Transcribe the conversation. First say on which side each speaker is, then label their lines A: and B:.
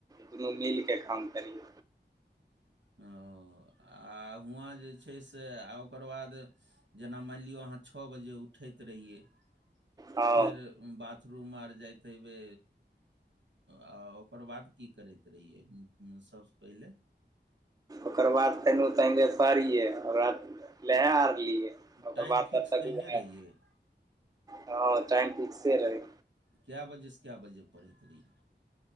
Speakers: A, on the right (about 20°); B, on the right (about 80°).
A: दुनू मिलके काम करियै।
B: ओ आ हुआँ जे छै से, आ ओकर बाद जेना मानि लियौ अहाँ छऽ बजे उठैत रहियै।
A: हँ
B: फेर बाथरूम आर जाइत हेबै, आ ओ ओकर बाद की करैत रहियै सबसँ पहिले।
A: ओकर बाद फेनु तनि देर पढ़ियै, ओकर बाद लेहै आरलीए ओकर
B: टाइम
A: बाद
B: फिक्स
A: तब तक
B: कयने
A: उ बनै
B: रहियै
A: हँ टाइम फिक्से रहै।
B: कैं बजेसँ कैं बजे पढ़ैत रहियै।